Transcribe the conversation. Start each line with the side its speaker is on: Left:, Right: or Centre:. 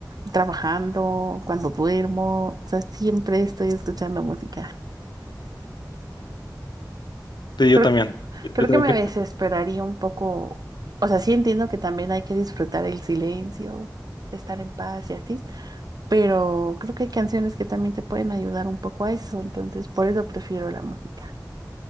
Right: trabajando, cuando duermo, o sea, siempre estoy escuchando música.
Left: Sí, yo
Right: Creo,
Left: también.
Right: creo
Left: Yo también
Right: que me
Left: pi-
Right: desesperaría un poco, o sea, sí entiendo que también hay que disfrutar el silencio, estar en paz y así, pero creo que hay canciones que también te pueden ayudar un poco a eso, entonces por eso prefiero la música.